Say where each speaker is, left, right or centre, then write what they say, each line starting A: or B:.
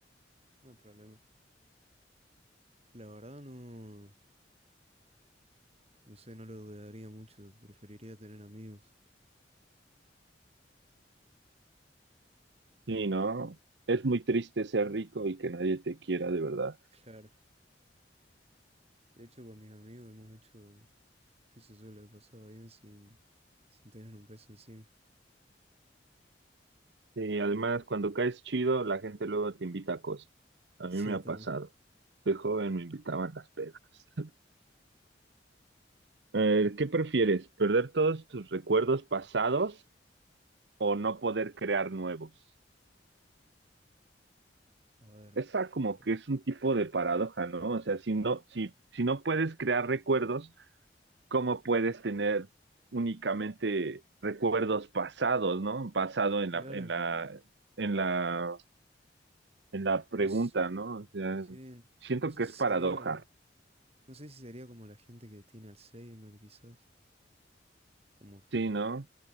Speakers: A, on the right (about 35°); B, on the right (about 70°).
A: no hay problema. La verdad no, no sé, no lo dudaría mucho. Preferiría tener amigos.
B: Sí, no, es muy triste ser rico y que nadie te quiera de verdad.
A: <laughs> Claro. De hecho, con mis amigos hemos hecho, qué sé yo, lo he pasado bien sin, sin tener un peso encima. <laughs>
B: Sí, además, cuando caes chido, la gente luego te invita a cosas. A
A: Sí,
B: mí me ha
A: también.
B: pasado. De joven me invitaban a las pedas. <laughs> Eh, ¿qué prefieres? ¿Perder todos tus recuerdos pasados o no poder crear nuevos?
A: A ver,
B: Esa como
A: pa-
B: que es un tipo de paradoja, ¿no? O sea, si no, si, si no puedes crear recuerdos, ¿cómo puedes tener únicamente recuerdos pasados, ¿no? Pasado en
A: claro.
B: la, en la, en la, en la pregunta,
A: No sé,
B: ¿no? O sea,
A: sí,
B: siento
A: no sé
B: que
A: si
B: es paradoja.
A: sería, no sé si sería como la gente que tiene Alzheimer, quizás. Como que
B: Sí, ¿no?